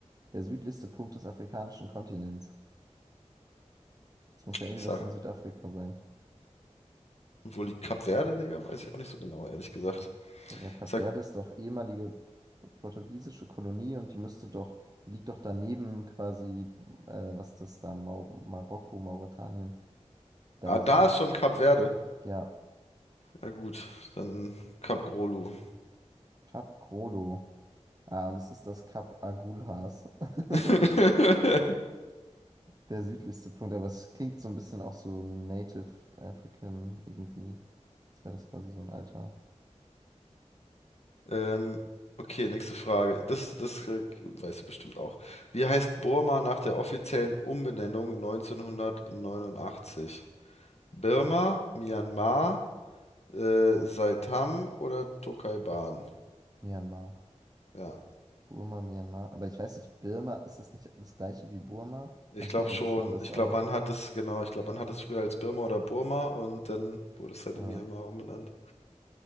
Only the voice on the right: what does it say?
Der südlichste Punkt des afrikanischen Kontinents. Das muss ja irgendwas
in Südafrika sein.
Denke, Kap
Verde ist doch ehemalige portugiesische Kolonie und die müsste doch, die liegt doch daneben quasi, äh, was ist das da, Mau Marokko, Mauretanien, da
so.
Ja,
Kap Grolo. Ah, und es ist das Kap Agulhas. <laughs>
Der südlichste Punkt, aber es klingt so ein bisschen auch so Native African irgendwie. Als wäre das quasi so ein alter
Myanmar.
Burma, Myanmar. Aber ich weiß nicht, Birma, ist das nicht das gleiche wie Burma?
Manchmal
liest man das
auch.
Ah.